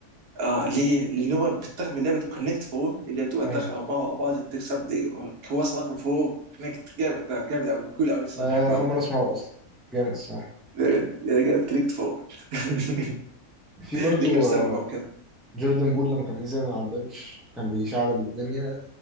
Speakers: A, on the right; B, in the centre.
A: اه ليه؟ لان هو بيتاخد من لعبه كونكت فور اللي هي بتبقى
B: ايوه
A: تدخل اربعه ورا بعض عشان تكسب دي كويس رقم فور كونكت جامد ده جامد قوي كول قوي الصراحه
B: ده
A: بحبه
B: انا
A: قوي
B: اول مره اسمعه اصلا جامد الصراحه
A: جامد جامد كونكت فور <laughs>
B: في برضه
A: اللي كان
B: آه،
A: ساوي بقى وكده
B: جوردن بول لما كان بينزل من على البنش كان بيشعل الدنيا